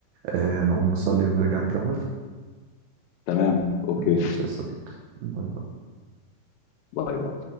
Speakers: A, on the right; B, on the left.
A: آه، نقوم نصلي ونرجع نكمل
B: تمام اوكي
A: ماشي يا صديقي باي باي.
B: باي باي